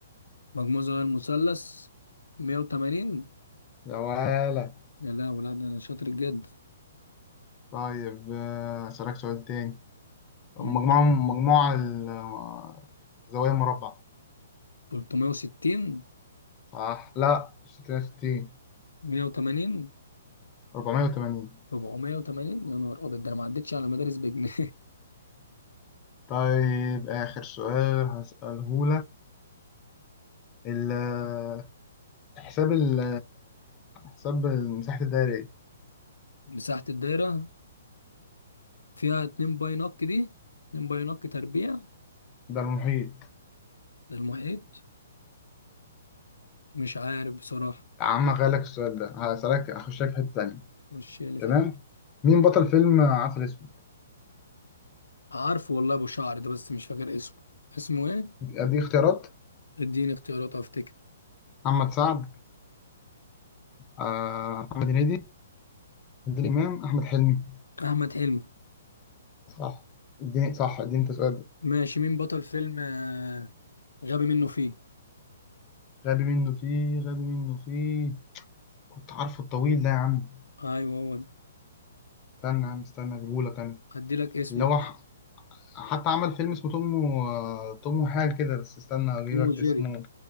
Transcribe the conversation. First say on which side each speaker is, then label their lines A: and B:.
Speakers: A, on the left; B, on the left.
A: مجموع زوايا المثلث 180
B: يا ولا
A: يا لا ولا ده انا شاطر جد
B: طيب آه هسألك سؤال تاني مجموع
A: مم.
B: مجموع ال- آه، زوايا مربع
A: 360
B: صح لا 66
A: 180
B: 480
A: 480 يا نهار ابيض ده انا ما عدتش على مدارس بجنيه
B: <laughs> طيب آخر سؤال هسأله لك حساب ال حساب مساحة الدايرة ايه؟
A: <laughs> مساحه الدايره فيها 2 باي نق دي 2 باي نق تربيع
B: ده المحيط
A: للمحيط مش عارف بصراحه
B: يا عم هغيرلك السؤال ده هسألك هخشك في حتة تانية
A: وش اللي
B: تمام
A: في
B: مين بطل فيلم عسل اسود؟
A: عارفه والله ابو شعر ده بس مش فاكر اسمه اسمه ايه
B: ادي اختيارات
A: اديني اختيارات افتكر
B: محمد سعد آه، محمد هنيدي عادل امام احمد حلمي
A: احمد حلمي
B: صح اديني صح اديني انت سؤال
A: ماشي مين بطل فيلم آه، غبي منه فيه
B: غبي منه فيه غبي منه فيه كنت عارفه الطويل ده يا عم
A: ايوه هو ده
B: استنى يا عم استنى اجيبهولك انا
A: هدي لك اسمه
B: اللي هو ح- حتى عمل فيلم اسمه توم و... توم وحاجة كده بس استنى اجيبك
A: توم وجيري
B: اسمه